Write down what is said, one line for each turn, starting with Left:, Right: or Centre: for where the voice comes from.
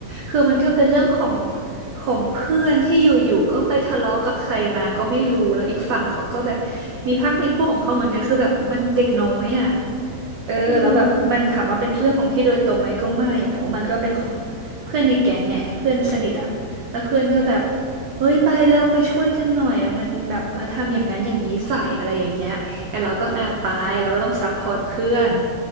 Right: คือมันก็เป็นเรื่องของของเพื่อนที่อยู่ๆก็ไปทะเลาะกับใครมาก็ไม่รู้แล้วอีกฝั่งเขาก็แบบมีพรรคมีพวกของเขาเหมือนกันคือแบบมันเด็กน้อยอ่ะเออแล้วแบบมันถามว่าเป็นเรื่องของพี่โดยตรงไหมก็ไม่แต่ว่ามันก็เป็นของ
Left: อืม
Right: เพื่อนในแก๊งไงเพื่อนสนิทอ่ะแล้วเพื่อนก็แบบเฮ้ยไปเร็วไปช่วยกันหน่อยมันแบบมาทำอย่างนั้นอย่างนี้ใส่อะไรอย่างเงี้ย ไอ้เราก็อ่ะไปเราก็ต้องซัพพอร์ตเพื่อน